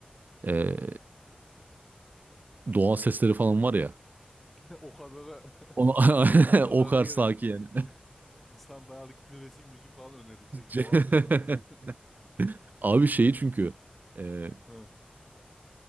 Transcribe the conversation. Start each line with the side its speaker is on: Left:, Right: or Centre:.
Right: ee, doğa sesleri falan var ya.
Centre: <laughs> O kadar. <laughs>
Right: O, <laughs>
Centre: O kadarına
Right: o kadar
Centre: gerek.
Right: sakin yani.
Centre: <laughs> İnsan bayağı da klasik müzik falan önerdi. Direkt
Right: <laughs>
Centre: doğal sesi önerdi.
Right: <laughs>
Centre: <laughs>
Right: Abi şeyi çünkü e,
Centre: Ha.